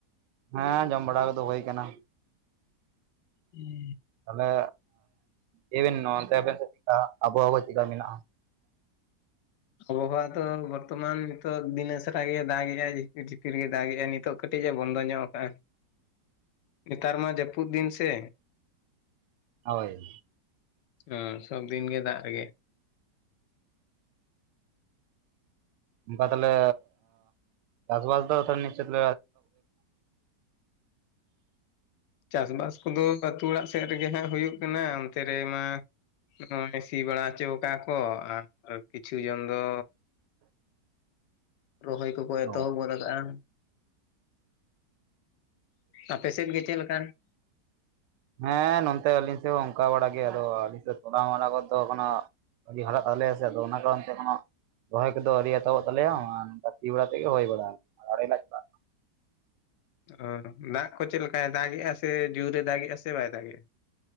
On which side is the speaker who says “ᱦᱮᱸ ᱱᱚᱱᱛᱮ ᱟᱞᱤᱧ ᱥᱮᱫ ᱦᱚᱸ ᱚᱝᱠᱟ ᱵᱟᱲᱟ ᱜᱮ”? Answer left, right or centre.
Right